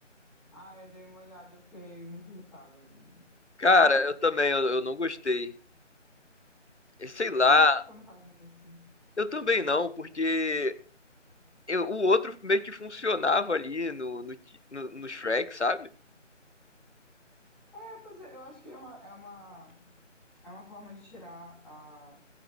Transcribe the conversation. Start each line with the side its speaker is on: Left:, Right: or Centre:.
Centre: Ah, eu dei uma olhada, eu fiquei muito irritada. Eu não
Left: Cara, eu também, eu, eu não gostei. Sei lá,
Centre: eu não gosto quando fazem isso.
Left: eu também não, porque eu- o outro meio que funcionava ali no, no, que- no no Shrek, sabe?
Centre: É, pois é, eu acho que é uma, é uma, é uma forma de tirar a,